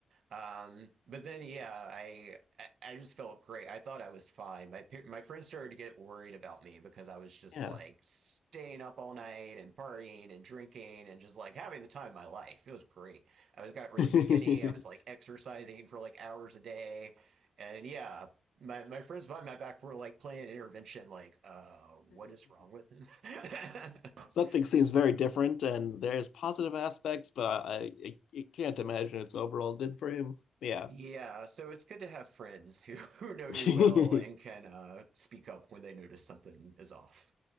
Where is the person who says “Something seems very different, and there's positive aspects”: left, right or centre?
Left